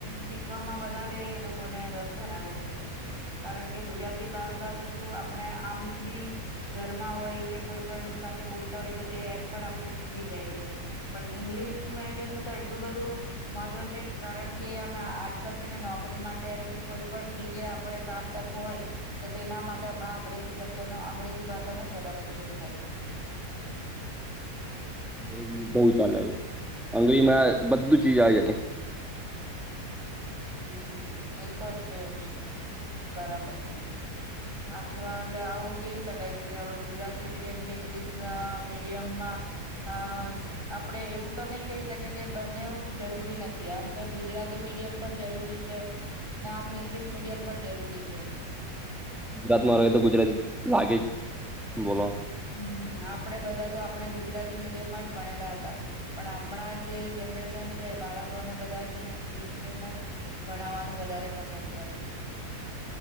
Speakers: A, on the left; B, in the centre.
A: શીખવામાં બાારે એ લોકોને રસ ધરાવે છે. કારણ કે ગુજરાતી ભાષા તોું. આપણે આમ બી ઘરમાં હોય કે કોઈ પણ સાથે બોલતા હોય તો તે એમ પણ આપણે શીખી જઈએ છેએ પણ ઈંગ્લિશ મીડિયમનું તો એટલું બધું મહત્વ છે કારણ કે અમે આજકાલ છે ને નોકરી માટે કે કોઈ પણ જગ્યાએ આપણે કામ કરવું હોય તો તેના માટે હમણાં અંગ્રેજી શબ્દનો અંગ્રેજી ભાષાનો જ વધારે ઉપયોગ થાય છે.
B: અંગ્રેજી બહ ચાલે અંગ્રેજી માં બધું ચીજ આ જાય.
A: હમ એ તો છે જ. બરાબર છેયો હા તો એટલે આવું કહી શકાય કે જે હવે ગુજરાતી મીડિયમ કે ઈંગ્લિશ મીડિયમમાં અ આપડે એવું તો નહી કહી શકીએ કે બંનેવું જરૂરી નથી આમ તો ગુજરાતી મીડિયમ પણ જરૂરી છે આમ ઈંગ્લિશ મીડિયમ પણ જરૂરી છે.
B: ગુજરાતમાં ર તો ગુજરાતી લાગે જ બોલવા.
A: હમ આપડણે બધા તો આપણે ગુજરાતી મીડિયમમાં જ ભણેલા હતા. પણ હમણાં જે જનરેન છે બાળકોને બધા છે ને ઇંગ્લિશ મીડિયમ જ ભણાવવાનું વધારે પસંદ કરે છે.